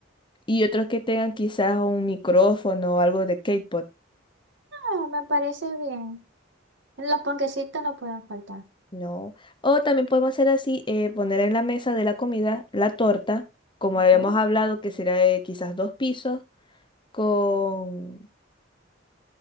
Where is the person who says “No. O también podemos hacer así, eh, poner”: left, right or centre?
Left